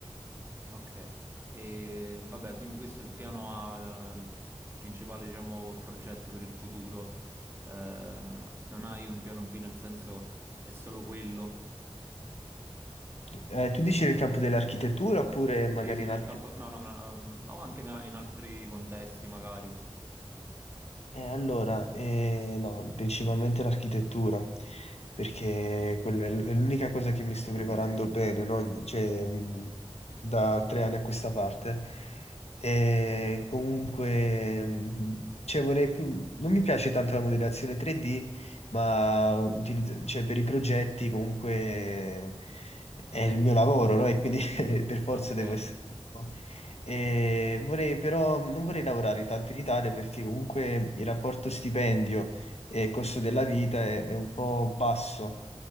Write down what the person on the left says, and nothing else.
Eh, tu dici nel campo dell'architettura oppure
magari
in
altri
Eh, allora, eh, no, principalmente l'architettura, perché quella è l- è l'unica cosa che mi sto preparando bene, no? Cioè, mh, da tre anni a questa parte. E comunque, mh, cioè, vorrei più- non mi piace tanto la modellazione 3D, ma utilizz- cioè, per i progetti comunque è il mio lavoro, no? E quindi <laughs> per forza
devo essere... no, e vorrei però, non vorrei lavorare tanto in Italia perché comunque il rapporto stipendio e costo della vita è, è un po' basso.